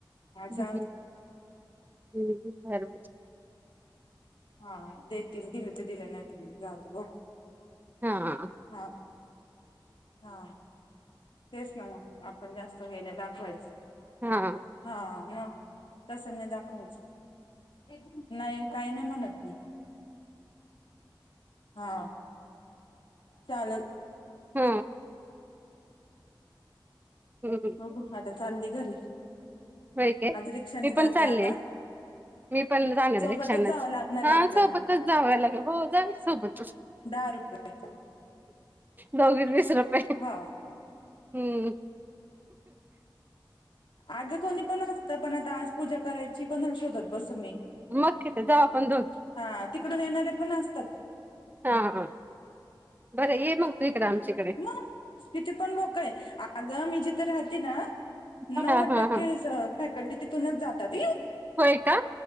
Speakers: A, on the right; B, on the left.
A: हम्म
B: जाऊ दे
A: हम् हम्र
B: हा देतील दिले तर दिले नाही जाऊत बघ
A: हा ह
B: हा हा तेच ना मग आपण जास्त हेणे दाखवायच
A: हा
B: हा मग तस नाही दाखवच नाही काही नाही म्हणत नाही हा चाल
A: हा हम्
B: बघू आता चालली घरी
A: होय काय
B: आज रिक्षाने
A: मी पण
B: जाते
A: चाललय
B: आता
A: मी पण जाणार
B: सोबतच
A: आहे रिक्षाच
B: जावं लागणार
A: हा
B: आहे आपल्याला
A: सोबतच जाव लागेल भा जावे सोबतच.
B: दहा रुपये.
A: दोघ वीस रुपये
B: हा
A: हम्म
B: आगं कोणी पण असतं पण आता आज पूजा करायची कोणाला शोधत बसून मी.
A: मग
B: हा
A: तिथे जाऊ आपण दोघी
B: तिकडून येणारे पण असतात.
A: हा हा बरं ये मग तु इकडे आमची
B: मग तितीे पण लोक आहे आग मीजीत राहते ना
A: हा
B: नव्वद
A: हा
B: टक्के
A: हा
B: फॅकल्टी तिथूनच जातात
A: य का